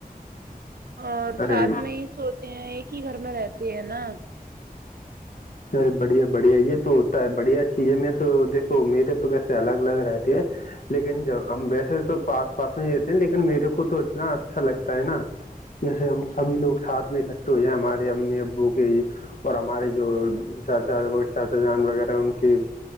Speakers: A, on the right; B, on the left.
A: اور
B: ارے
A: ساتھ میں ہی سوتے ہیں ایک ہی گھر میں رہتی ہے نا
B: ارے بڑھیا بڑھیا یہ تو ہوتا ہے بڑھیا چیز ہے میں تو دیکھو میرے تو ویسے الگ الگ رہتے ہے لیکن جب ہم ویسے تو آس پاس میں رہتے ہیں لیکن میرے کو تو اتنا اچھا لگتا ہے نا جیسے ہم سبھی لوگ ساتھ میں اکٹھے ہو جائیں ہمارے امی ابو کے اور ہمارے جو چاچا چاچا جان وغیرہ ان کے